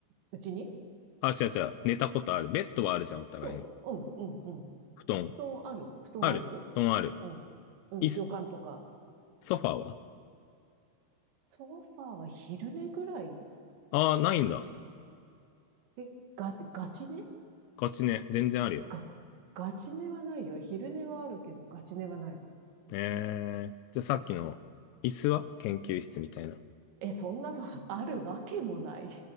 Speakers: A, on the right; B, on the left.
A: うちに
B: あ、違う違う。寝たことある。ベッドはあるじゃん、お互いに。
A: 布団、うん、うん、うん。
B: 布団。
A: 布団ある、布団あるよ。
B: ある。布団ある。
A: うん、うん、
B: 椅子、
A: 旅館とか。
B: ソファーは
A: ソファーは昼寝ぐらい
B: ああー、ないんだ。
A: え、が、ガチ寝
B: ガチね、全然あるよ。
A: が、ガチ寝はないよ。昼寝はあるけど、ガチ寝はない。
B: えー、じゃあさっきの椅子は研究室みたいな。
A: え、そんなの <laughs> あるわけもない。